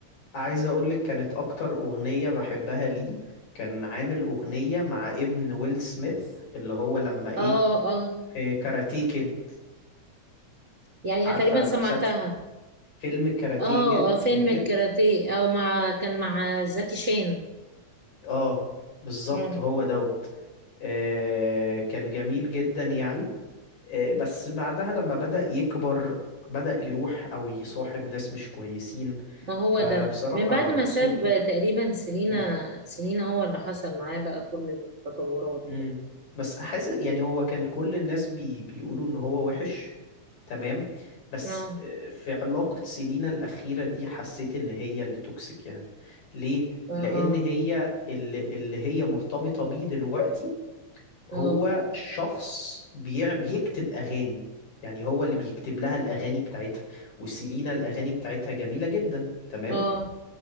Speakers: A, on the left; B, on the right.
A: عايز اقول لك كانت اكتر اغنية بحبها ليه كان عامل اغنية مع ابن ويل سميث اللي هو لما ايه
B: اه اه
A: في كاراتيه كيد
B: يعني
A: عارفة
B: أنا تقريبا سمعتها
A: مسلسل فيلم كاراتيه
B: اه
A: جد
B: اه فيلم
A: كد
B: الكاراتيه او مع كان مع زكي شان
A: اه بالظبط
B: مم.
A: هو دوت آه كان جميل جدا يعني آه بس بعدها لما بدأ يكبر بدأ يروح او يصاحب ناس مش كويسين
B: ما هو
A: فبصراحة
B: ده من بعد ما ساب
A: صوته
B: تقريبا سنينة
A: مم.
B: سنينة هو اللي حصل معاه بقى كل التطورات
A: امم بس حاسس يعني هو كان كل الناس بي بيقولوا ان هو وحش تمام بس
B: اه
A: آه، في علاقة سيلينا الأخيرة دي حسيت ان هي اللي توكسيك يعني ليه؟
B: اه
A: لأن
B: اه
A: هي اللي, اللي هي مرتبطة بيه دلوقتي هو
B: اه
A: شخص بيع بيكتب أغاني يعني هو اللي بيكتب لها الأغاني بتاعتها وسيلينا الأغاني بتاعتها جميلة جدا تمام؟
B: اه,